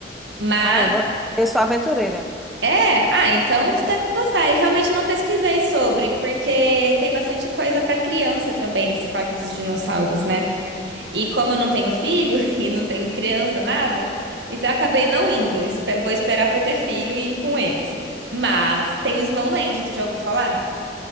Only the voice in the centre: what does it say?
Ah, eu, go- eu sou aventureira.
Oh.